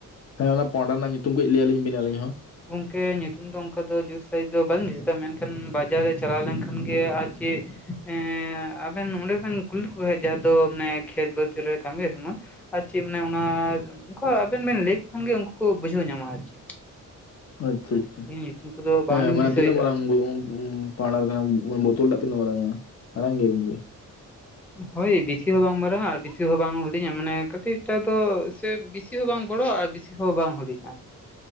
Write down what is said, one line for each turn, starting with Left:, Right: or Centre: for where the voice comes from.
Left: ᱦᱮᱸ ᱚᱱᱟ ᱯᱚᱸᱰᱟ ᱨᱮᱱᱟᱜ ᱧᱩᱛᱩᱢ ᱠᱚᱡ ᱞᱟᱹᱭᱟᱹᱞᱤᱧ ᱵᱤᱱ ᱟᱹᱞᱤᱧ ᱦᱚᱸ
Centre: ᱜᱚᱝᱠᱮ ᱧᱩᱛᱩᱢ ᱫᱚ ᱚᱱᱠᱟ ᱫᱚ ᱡᱩᱫ ᱥᱟᱹᱦᱤᱡ ᱫᱚ ᱵᱟᱹᱧ ᱫᱤᱥ ᱮᱫᱟ ᱢᱮᱱᱠᱷᱟᱱ ᱵᱟᱡᱟᱨ ᱨᱮ ᱪᱟᱞᱟᱣ ᱞᱮᱱᱠᱷᱟᱱ ᱜᱮ ᱟᱨ ᱪᱮᱫ ᱮᱸ ᱟᱵᱮᱱ ᱚᱸᱰᱮ ᱠᱷᱚᱱ ᱠᱩᱞᱤ ᱠᱚ <inaudible> ᱡᱟᱦᱟᱸ ᱫᱚ ᱢᱟᱱᱮ ᱠᱷᱮᱛ ᱵᱟᱹᱫᱽ ᱨᱮ ᱠᱟᱹᱢᱤ ᱡᱮᱢᱚᱱ ᱟᱨ ᱪᱮᱫ ᱢᱟᱱᱮ ᱚᱱᱟ ᱠᱷᱚ ᱟᱵᱮᱱ ᱵᱮᱱ ᱞᱟᱹᱭᱟᱠᱚ ᱠᱷᱟᱱᱜᱮ ᱩᱱᱠᱩ ᱵᱩᱡᱷᱟᱹᱣ ᱧᱟᱢᱟ ᱟᱨ ᱪᱮᱫ
Left: ᱟᱪᱷᱟ ᱟᱪᱷᱟ
Centre: ᱟᱹᱞᱤᱧ ᱧᱩᱛᱩᱢ ᱠᱚᱫᱚ ᱵᱟᱝᱞᱤᱧ
Left: ᱦᱮᱸ ᱢᱟᱱᱮ
Centre: ᱫᱤᱥᱟᱹᱭᱮᱫᱟ
Left: ᱛᱤᱱᱟᱹᱜ ᱢᱟᱨᱟᱝ
Centre: ᱟᱨ ᱪᱮᱫ
Left: <inaudible> <inaudible> ᱱᱚᱛᱚᱞ ᱴᱟᱜ ᱛᱤᱱᱟᱹᱜ ᱢᱟᱨᱟᱝ-ᱟ <inaudible>
Centre: ᱦᱳᱭ ᱵᱮᱥᱤ ᱦᱚᱸ ᱵᱟᱝ ᱢᱟᱨᱟᱝᱟ ᱟᱨ ᱵᱤᱥᱤ ᱦᱚᱸ ᱵᱟᱝ ᱦᱩᱰᱤᱧᱟ ᱢᱟᱱᱮ ᱠᱟᱹᱴᱤᱡ ᱴᱟᱜᱫᱚ ᱥᱮ ᱵᱤᱥᱤ ᱦᱚᱸ ᱵᱟᱝ ᱵᱚᱲᱚ ᱟᱨ ᱵᱤᱥᱤ ᱦᱚᱸ ᱵᱟᱝ ᱦᱩᱰᱤᱧᱟ